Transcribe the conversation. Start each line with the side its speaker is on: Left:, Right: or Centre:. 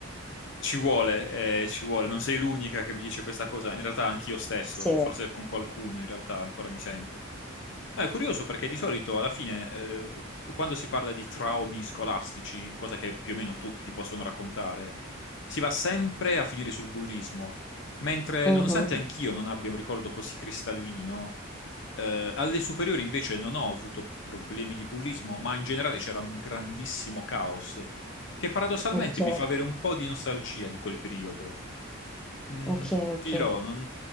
Left: Ci vuole, eh, ci vuole, non sei l'unica che mi dice questa cosa, in realtà anch'io stesso,
Centre: Sì.
Left: forse con qualcuno in realtà ancora mi sento. No, è curioso perché di solito alla fine, eh, quando si parla di traumi scolastici, cosa che più o meno tutti possono raccontare, si va sempre a finire sul bullismo, mentre
Centre: Mhm.
Left: nonostante anch'io non abbia un ricordo così cristallino, eh, alle superiori invece non ho avuto problemi di bullismo, ma in generale c'era un grandissimo caos che paradossalmente
Centre: Ok,
Left: mi fa avere un po' di nostalgia di quel periodo. Mm,
Centre: ok, ok.
Left: ti dirò, non,